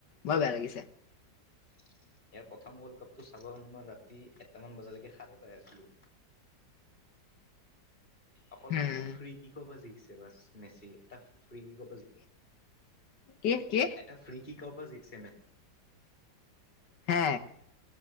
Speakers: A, on the left (about 70°); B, on the left (about 25°).
A: বৰ বেয়া লাগিছে।
B: ইয়াৰ প্ৰথম ৱৰ্ল্ড কাপ টো চাব মানে মই ৰাতি এটা মান বজালৈকে সাৰে পাই আছিলোঁ। অকল
A: উম
B: এটা ফ্ৰী কি কব জিকিছে বাছ মেচি এটা ফ্ৰী কি ক
A: কি কি
B: এটা ফ্ৰি কিক কৰ পৰা জিকিছে
A: হে